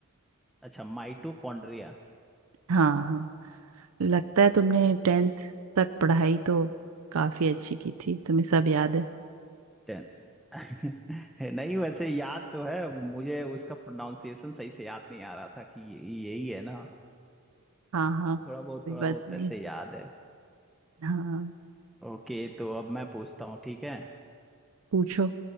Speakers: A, in the centre; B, on the right.
A: अच्छा माइटोकॉन्ड्रिया
B: हाँ हाँ लगता है तुमने टेंथ तक पढ़ाई तो काफी अच्छी की थी तुम्हें सब याद है
A: टेन <laughs> नहीं वैसे याद तो है मुझे उसका प्रोनाउंसिएशन सही से याद नहीं आ रहा था कि ये- यही है ना
B: हाँ हाँ कोई
A: थोड़ा बहुत थोड़ा
B: बात
A: बहुत
B: नहीं
A: ऐसे याद है
B: हाँ
A: ओके तो अब मैं पूछता हूँ ठीक है
B: पूछो